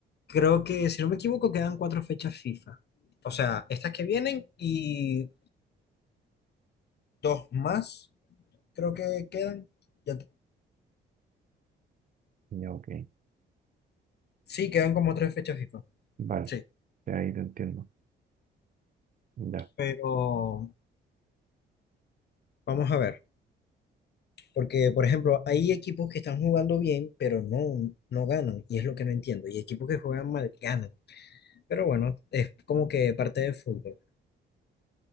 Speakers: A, on the left; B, on the right.
A: creo que, si no me equivoco, quedan cuatro fechas FIFA. O sea, estas que vienen y dos más. creo que quedan, ya-
B: Ya, ok.
A: sí, quedan como tres fechas FIFA,
B: Vale,
A: Sí.
B: de ahí te entiendo. Ya.
A: pero vamos a ver, porque por ejemplo, hay equipos que están jugando bien, pero no, no ganan, y es lo que no entiendo, y equipos que juegan mal ganan, pero bueno, es como que parte del fútbol.